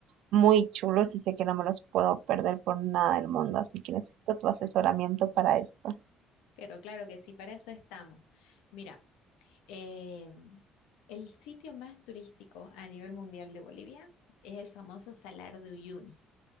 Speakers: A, on the right (about 75°); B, on the left (about 90°).
A: muy chulos y sé que no me los puedo perder por nada del mundo, así que necesito tu asesoramiento para esto.
B: Pero claro que sí, para eso estamos. Mira, eh, el sitio más turístico a nivel mundial de Bolivia es el famoso Salar de Uyuni.